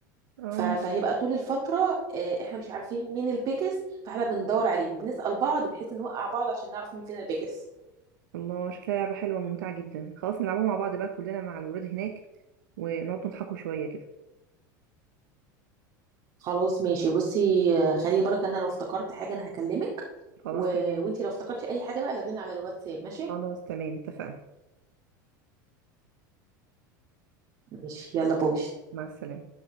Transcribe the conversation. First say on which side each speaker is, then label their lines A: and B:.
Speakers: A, on the right; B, on the right.
A: اه
B: ف- فهيبقى طول الفترة اه احنا مش عارفين مين البيكس فاحنا بندور عليه وبنسأل بعض بحيث نوقع بعض عشان نعرف مين فينا البيكس
A: الله شكلها لعبة حلوة وممتعة جدا خلاص نلعبها مع بعض بقى كلنا مع الولاد هناك ونقعد نضحكوا شوية كده
B: خلاص ماشي بصي آه، خليني برك انا لو افتكرت حاجه انا هكلمك
A: خلاص
B: و...
A: تمام
B: وانتي لو افتكرتي اي حاجه بقى لغينا على الواتساب ماشي
A: خلاص تمام اتفقنا
B: ماشي يلا باي
A: مع السلامة